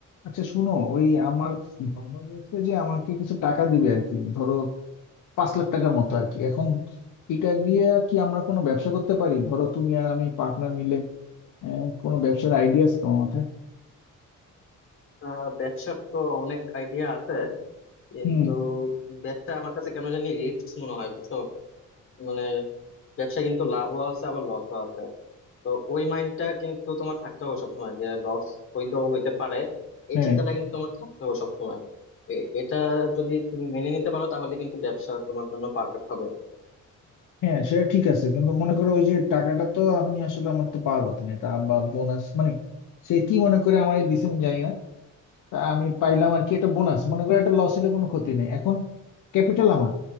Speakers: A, on the left; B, on the left.
A: আচ্ছা শুনো ওই আমার বাবা বলছে যে আমাকে কিছু টাকা দিবে আর কি ধরো পাঁচ লাখ টাকার মতো আর কি এখন এটা দিয়ে কি আমরা কোনো ব্যবসা করতে পারি ধরো তুমি আর আমি পার্টনার মিলে আহ, কোনো ব্যবসার আইডিয়া আছে তোমার মাথায়
B: আহ ব্যবসার তো অনেক আইডিয়া আছে কিন্তু
A: হুম
B: ব্যবসা আমার কাছে কেন জানি রিস্ক মনে হয় বুঝছো মানে ব্যবসা কিন্তু লাভও আছে আবার লসও আছে তো ওই মাইন্ডটা কিন্তু তোমার থাকতে হবে সবসময় যে লস হইলেও হইতে পারে এই
A: হ্যাঁ
B: চিন্তাটা কিন্তু তোমার থাকতে হবে সবসময় এ- এটা যদি তুমি মেনে নিতে পারো তাহলে কিন্তু ব্যবসা তোমার জন্য পারফেক্ট হবে
A: হ্যাঁ সেটা ঠিক আছে কিন্তু মনে করো ওই যে টাকাটা তো আমি আসলে আমার তো পাওয়ার কথা না এটা বা বোনাস মানে সে কি মনে করে আমার দিছে আমি জানি না তা আমি পাইলাম আর কি এটা বোনাস মনে করো এটা লসের কোনো ক্ষতি নেই এখন ক্যাপিটাল আমার